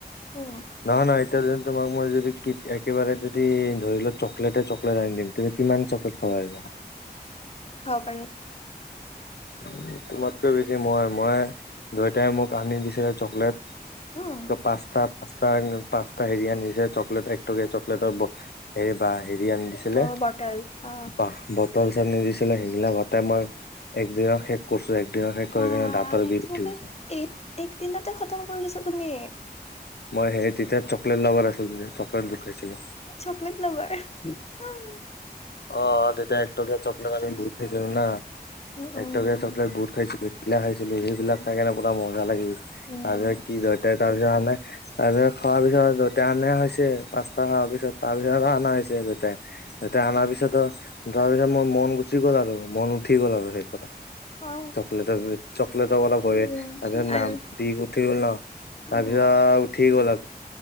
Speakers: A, on the left; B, on the left.
A: উম
B: নহয় নহয় এতিয়া যদি তোমাক মই যদি কিট একেবাৰে দি যদি ধৰি লওঁ চকলেটে চকলেটে আনি দিম। তুমি কিমান চকলেট খাবা পাৰিবা।
A: পাৰু
B: উ তোমাতকৈ বেছি মই মই দেটাই মোক আনি দিছিলে চকলেট-
A: উম
B: ত পাঁচ তাঁত পাঁচটা পাঁচটা হেৰি আনিছে চকলেট একটকীয়া চকলেটৰ ব হে বা হেৰি আনি দিছিলে
A: অ বটল অ
B: বাঁহ বদ তাল চাল নিজ সেইগিলাক সেইগিলা গতে মই একদিনত শেষ কৰিছো একদিনত শেষ কৰি
A: বা
B: কিনে দাঁতৰ
A: একদিনতে
B: বিষ উঠি গৈছে
A: এক এক দিনতে খতম কৰি দিছ তুমি
B: মই সেই তেতিয়াত চকলেট লাবাৰ আছিলো তেতিয়া চকলেট খাইছিলো
A: চকলেট্ লাবাৰ <unintelligible>
B: অ তেতিয়া একটকীয়া চক আমি বহুত খাইছিলোঁ নহ।
A: উম উম
B: একটকীয়া চকলেট বহুত খাইছিলোঁ লাহে ছিলো সেইবিলাক
A: উম
B: খাই কেনে মজা লাগি
A: উম
B: তাৰ পিছত কি তাৰপিছত আনে তাৰপিছত খোৱাৰ পিছত যতে অনা হৈছে পাঁচটা খোৱাৰ পিছত তাৰপিছত অনা হৈছে দেতাঁই, দেতাঁ অনাৰ পিছত তাৰ পিছত যোৱাৰ পিছত মোৰ মন গুচি গ'ল আৰু মন উঠি গ'ল আৰু সেই কথা
A: অ
B: চকলেটৰ চকলেটৰ অলপ হয়
A: উম
B: তাৰপিছত
A: আৰু
B: নাম বি তলা
A: উম
B: তাৰপিছত আ উঠি গ'ল।